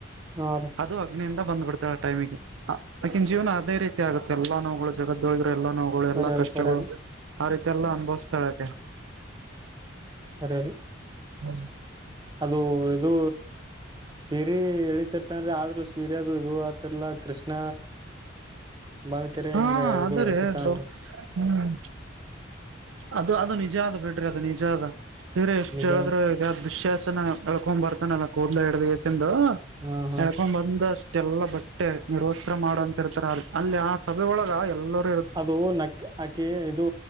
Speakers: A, on the right; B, on the right.
A: ಹಾರಿ
B: ಅದು ಅಗ್ನೆ ಬಂದ್ ಬಿಡ್ತೆ ಆ ಟೈಮಿಗೆ ಆಕಿನ ಜೀವನ ಅದೇ ರೀತಿ ಆಗುತ್ತೆ ಎಲ್ಲ ನೋವುಗಳು ಜಗತಾ ಎಲ್ಲಾ ನೋಗಳು ಎಲ್ಲಾ
A: ಕರೆರಿ
B: ಕಷ್ಟಗಳು
A: ಕರೆರಿ
B: ಆ ರೀತಿ ಎಲ್ಲ ಅನ್ಭವಿಸಸ್ತಾಲೆ
A: ಕರೆ ರಿ
B: <inaudible>
A: ಅದು ಇದು ಸೀರೆ ಎಳಿತಿರ್ತನ್ ಆದ್ರೂ ಸೀರೆ ಅದು ಇದು ಆಗ್ತಿರ್ಲ ಕೃಷ್ಣ ಬಂದ್ ಕರೆ
B: ಹಾ
A: ಹಿಂಗ
B: ಅದ್ರ್ರು
A: ಇದು ಇಟ್ಟಿತಾನಲ್ರಿ
B: ಹ್ಮ್ ಅದು ಅದು ನಿಜ ಆದ ಬಿಡ್ರಿ ಅದು ನಿಜ ಆದ ಸೀರೆ ಎಷ್ಟು
A: ನಿಜ
B: ಹೇಳಿದ್ರೆ ವಿಶಾನ ಎಲಕೊಂಡು ಕಳ್ಕೊಂಡ್ ಬರ್ತಾನ ಅನ ಕದಲ ಇಡಕೊಂಡು
A: ಹಾ ಹಾ
B: ಎಳಕೊಂಡು ಬಂದು ಎಲ್ಲಾ ಬಟ್ಟೆ ನಿರ್ವಸರ ಮಾಡಂತ ಇರ್ತಾರ ಅ ಅಲ್ಲಿ ಆ ಸಭೆೊಳಗ ಎಲ್ಲರ
A: ಅದು ನ ಹಾಕಿ ಇದು